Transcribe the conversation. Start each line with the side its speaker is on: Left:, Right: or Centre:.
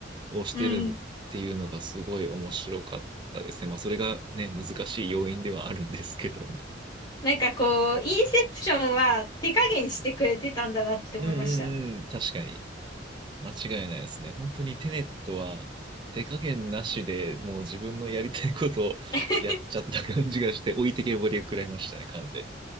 Right: をしてるっていうのがすごい面白かったですね。
Left: うん。
Right: まあそれがね、難しい要因ではあるんですけども。
Left: なんかこう、インセプションは手加減してくれてたんだなって思いました。
Right: うんうんうん、確かに。間違いないですね。本当にテネットは手加減なしでもう自分のやりたいことをやっちゃった感じがして置いてけぼりを食らいましたね、
Left: <laughs>
Right: 完全に。